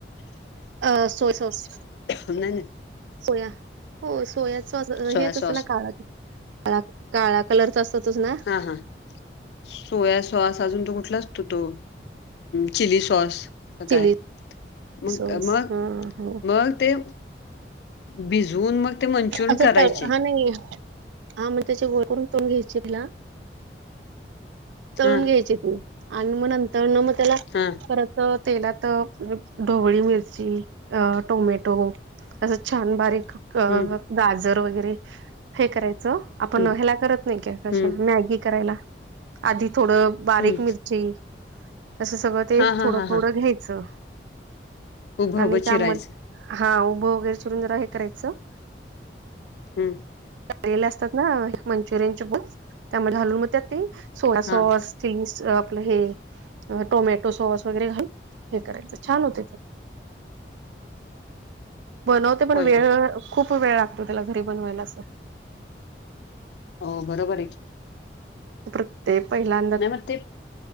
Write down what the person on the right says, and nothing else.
अ सोय सॉस.
सोया हो सोयाच सॉस अ
हेच
असल ना काळ ते. काळा, काळा कलरचा असतो तोच ना?
चिली
सॉस हा हो
आच
त हा नाही हा मग त्याचे गोळे करून तळून घ्यायचे त्याला. तळून
घ्यायचे ते आन म नंतर न म त्याला
परत तेलात ढोवळी मिरची, अ टोमॅटो. असं छान बारीक क
गाजर वगैरे. हे करायचं, आपण
ह्याला करत नाही क कशाला
मॅगी करायला. आधी थोडं बारीक
मिरची. अस सगळं ते
थोडं,
थोडं
घ्यायचं
आणि
त्यामध्ये
हा उभं वगैरे चिरून जर हे करायचं.
तळलेले असतात ना मंचूरियन चे बॉल त्यामध्ये घालून मग त्यात ते सोया सॉस
चीज आपलं हे. अ टोमॅटो सॉस वगैरे घालून हे करायचं छान होतय ते. बनवते पण
वेळ
खूप वेळ लागतो त्याला घरी बनवायला अस.
प्रत्येक पहिला.